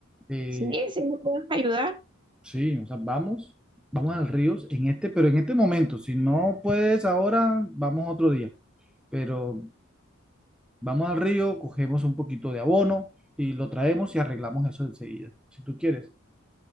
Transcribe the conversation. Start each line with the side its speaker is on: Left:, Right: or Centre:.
Centre: Eh,
Right: Sí, sí me puedes ayudar.
Centre: sí, o sea, vamos, vamos al río en este, pero en este momento, si no puedes ahora, vamos otro día. Pero vamos al río, cogemos un poquito de abono y lo traemos y arreglamos eso enseguida. Si tú quieres,